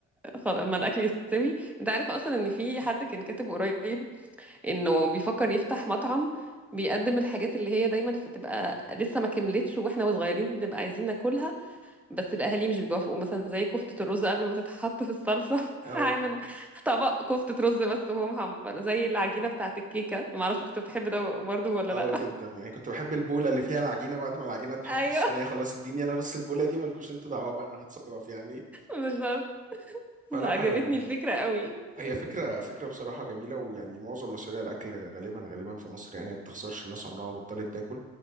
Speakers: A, in the centre; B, on the right (about 25°).
A: خل... اما الاكل يستوي انت عارف اصلا ان في حد كان كاتب قريب انه بيفكر يفتح مطعم بيقدم الحاجات اللي هي دايما بتبقى لسه ما كملتش واحنا صغيرين بنبقى عايزين ناكلها بس الاهالي مش بيوافقوا مثلا زي كفتة الرز قبل ما تتحط في الصلصة <laughs>
B: اه
A: هعمل طبق كفتة رز بس وهو محمر زي العجينة بتاعة الكيكة ما اعرفش كنت بتحب ده برضو ولا
B: اه
A: لا
B: جدا يعني كنت بحب البوله اللي فيها العجينه بعد ما العجينه تتحط
A: <laughs> ايوه
B: في الصينيه خلاص اديني انا بس البوله دي ومالكوش انتوا دعوه بقى انا هتصرف يعني
A: بالظبط
B: فلا
A: عجبتني
B: يعني
A: الفكرة قوي
B: هي فكرة فكرة بصراحة جميلة ويعني معظم مشاريع الأكل غالبا غالبا في مصر يعني ما بتخسرش الناس عمرها ما بطلت تاكل